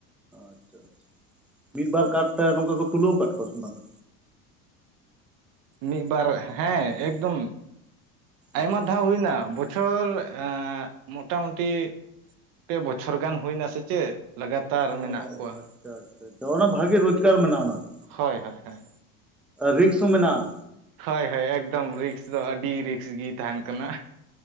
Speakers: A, in the centre; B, on the right.
A: ᱟᱪᱪᱷᱟ ᱟᱪᱪᱷᱟ᱾ᱢᱤᱫ ᱵᱟᱨ ᱠᱟᱨᱛᱮ ᱱᱚᱝᱠᱟ ᱠᱚ ᱛᱩᱞᱟᱹᱣ ᱟᱠᱟᱫ ᱠᱚᱣᱟ ᱥᱮ ᱵᱟᱝᱼᱟ?
B: ᱢᱤᱫ ᱵᱟᱨ ᱦᱮᱸ ᱮᱠᱫᱚᱢ <unintelligible> ᱟᱭᱢᱟ
A: ᱟᱪᱪᱷᱟ ᱟᱪᱪᱷᱟ
B: ᱫᱷᱟᱣ ᱦᱩᱭᱱᱟ ᱵᱚᱪᱷᱚᱨ ᱵᱚᱪᱷᱚᱨ ᱢᱚᱴᱟᱢᱩᱴᱤ ᱯᱮ ᱵᱚᱪᱷᱚᱨ ᱜᱟᱱ ᱦᱩᱭᱱᱟ ᱥᱮ ᱪᱮᱫ ᱞᱟᱜᱟᱛᱟᱨ
A: ᱚ
B: ᱢᱮᱱᱟᱜ ᱠᱚᱣᱟ
A: ᱟᱪᱪᱷᱟ ᱟᱪᱪᱷᱟ ᱚᱱᱟ ᱵᱷᱟᱜᱤ ᱨᱳᱡᱽᱜᱟᱨ ᱢᱮᱱᱟᱜᱼᱟ ᱚᱱᱟ ᱫᱚ᱾
B: ᱦᱳᱭ ᱦᱳᱭ ᱦᱳᱭ᱾
A: ᱨᱤᱠᱥ ᱦᱚᱸ ᱢᱮᱱᱟᱜᱼᱟ᱾
B: ᱦᱳᱭ ᱦᱳᱭ ᱮᱠᱫᱚᱢ ᱨᱤᱠᱥ ᱫᱚ ᱟᱹᱰᱤ ᱨᱤᱠᱥ ᱜᱮ ᱛᱟᱦᱮᱱ ᱠᱟᱱᱟ᱾